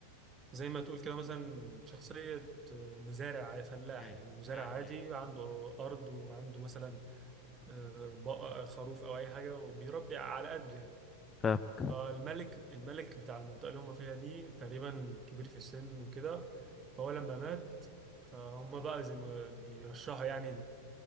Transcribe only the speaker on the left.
مم.
مم.
مم.
فاهم